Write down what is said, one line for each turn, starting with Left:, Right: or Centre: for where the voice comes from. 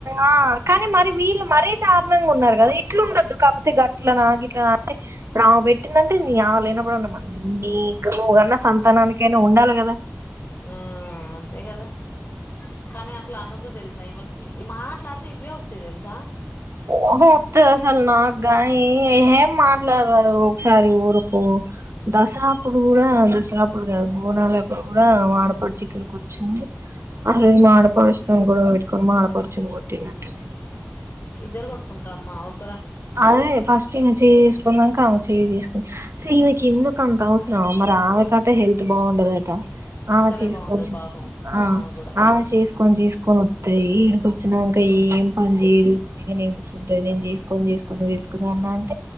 Right: ఆ కానీ మరి వీళ్ళు మరీ దారుణంగా ఉన్నారు కదా ఇట్లు ఉండద్దు కాబట్టి గట్ల నా గిట్ల నా అంటే ఇప్పుడు ఆమె పెట్టిందింటే నీ అవ్వ లేనప్పుడున్నాన్నీన్నా సంతానానికైనా ఉండాలి కదా
Left: ఆ అంతే కదా కానీ అట్లా అన్నదు తెలుసా ఈమకి మాట్లాడితే ఇవే వస్తాయి తెలుసా
Right: ఆహె వద్దు అసలు నాకు గాని ఏం మాట్లాడాలో ఒకసారి ఊరుకో దసరాప్పుడు కూడా దసరాపుడు కాదు బోనాలుప్పుడు కూడా మా ఆడపడుచుక్కడికి వచ్చింది ఆ రోజు మా ఆడపడుచు తో గొడవ పెట్టుకొని ఆడపడుచులు కొట్టిందంట
Left: ఇద్దరు కొట్టుకుంటాండ్రో మావోళ్ళు
Right: అదే ఫస్ట్ ఈమె చేయి వేసుకున్నాక అమ్మే చె చేసుకుని సే ఈమెకు ఎందుకు అంత అవసరామ మరి ఆమెకటే హెల్త్ బాగుండదట
Left: అస్సలే
Right: ఆమె చేసుకొని
Left: బాగుండదు పాపం
Right: ఆ
Left: ఆమె కూడా
Right: ఆమె చేసుకొని చేసుకొని ఇడికి వచ్చినాక ఏం పని చెయ్యదు ఉట్టిగానే కూసుంటది నేను చేసుకొని చేసుకొని పండగ చేసుకుందామా అంటే